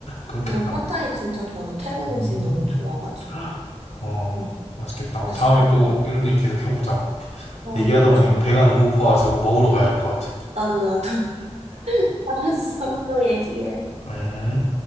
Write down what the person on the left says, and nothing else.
그렇겠다.
음.
헉, 어,
맛있겠다. 우리
다음에 또 이런 얘기 계속 해보자.
얘기하다
보니까
배가 너무 고파가지고 먹으러 가야 할 것 같아.
음.